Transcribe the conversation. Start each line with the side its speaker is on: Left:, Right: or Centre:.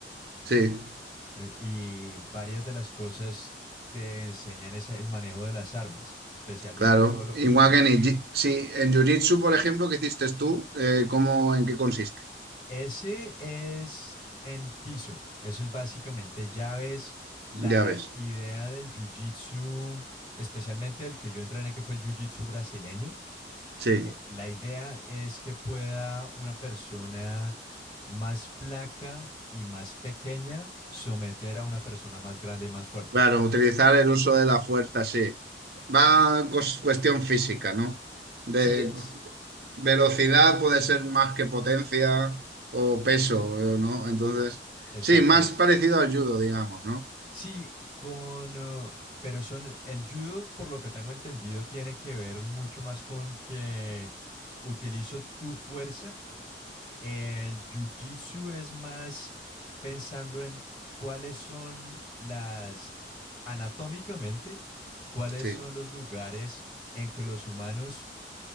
Right: Sí,
Left: Eh, Y varias de las cosas te enseñan ese- el manejo de las armas, especialmente
Right: claro.
Left: todo lo
Right: Igual
Left: que son los
Right: que
Left: cuchillos.
Right: en, Iji- sí, en Jiu-Jitsu, por ejemplo, que hiciste tú, eh, ¿cómo, en qué consiste?
Left: Ese es en piso. Eso es básicamente llaves. La
Right: Ya ves.
Left: idea del jiu-jitsu, especialmente el que yo entrené, que fue el jiu-jitsu brasileño,
Right: Sí,
Left: que la idea es que pueda una persona más flaca y más pequeña someter a una persona más grande y más fuerte.
Right: claro, utilizar el uso de la fuerza, sí. Va cos- cuestión física, ¿no? De
Left: Así es,
Right: velocidad puede ser más que potencia o peso, eh, ¿no? Entonces,
Left: exactamente.
Right: sí, más parecido al judo, digamos, ¿no?
Left: Sí, con, eh, pero son, el judo, por lo que tengo entendido, tiene que ver mucho más con que utilizo tu fuerza. El jiu-jitsu es más pensando en cuáles son las, anatómicamente, cuáles
Right: Sí,
Left: son los lugares en que los humanos